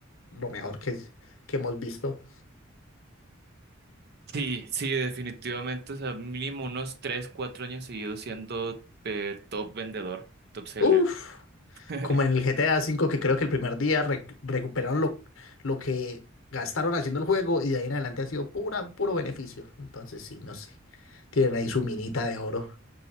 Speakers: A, on the left; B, on the right.
A: lo mejor que, que hemos visto.
B: Sí, sí, definitivamente, o sea, mínimo unos 3, 4 años seguidos siendo eh, top vendedor, top seller.
A: Uf.
B: <laughs>
A: como en el GTA V, que creo que el primer día rec- recuperaron lo, lo que gastaron haciendo el juego y de ahí en adelante ha sido pura, puro beneficio. Entonces, sí, no sé. Tienen ahí su minita de oro.